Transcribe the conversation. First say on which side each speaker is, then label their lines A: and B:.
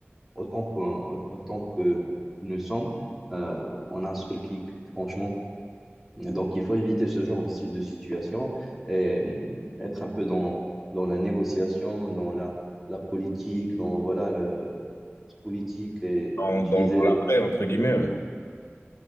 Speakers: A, in the centre; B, on the left.
A: autant qu'on- autant que nous sommes euh, en un seul clic, franchement. Donc, il faut éviter ce genre de si- de situation et hum, être un peu dans, dans la négociation, dans la, la politique, dans voilà, le être politique et
B: dans,
A: utiliser
B: dans, dans
A: les.
B: l'après, entre guillemets.
A: Mhm.
B: Ouais,